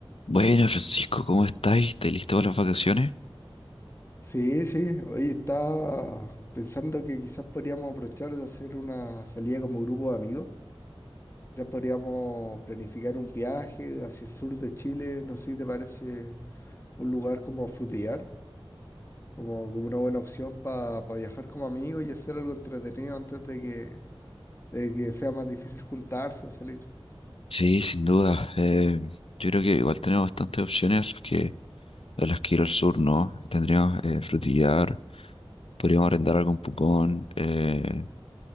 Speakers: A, on the left (about 85°); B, on the left (about 30°).
A: Bueno, Francisco, ¿cómo estáis? ¿Estáis listo para las vacaciones?
B: Sí, sí, hoy estaba pensando que quizás podríamos aprovechar de hacer una salida como grupo de amigos. Quizás podríamos planificar un viaje hacia el sur de Chile, no sé si te parece un lugar como Frutillar, como, como una buena opción para viajar como amigos y hacer algo entretenido antes de que, de que sea más difícil juntarse o salir.
A: Sí, sin duda. Eh, yo creo que igual tenemos bastantes opciones a las que, a las que ir al sur, ¿no? Tendríamos eh, frutillar, podríamos arrendar algún pupón, eh,